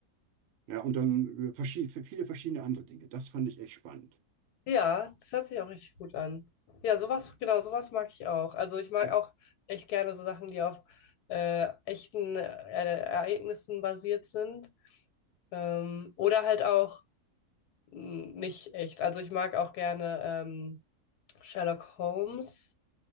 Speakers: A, on the right (about 65°); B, on the left (about 85°).
A: Ja, und dann äh, verschi- viele verschiedene andere Dinge. Das fand ich echt spannend.
B: Ja, das hört sich auch richtig gut an. Ja, sowas, genau, sowas mag ich auch. Also ich mag
A: Ja.
B: auch echt gerne so Sachen, die auf äh, echten äh, Ereignissen basiert sind. Ähm, oder halt auch mh, nicht echt. Also ich mag auch gerne ähm, Sherlock Holmes,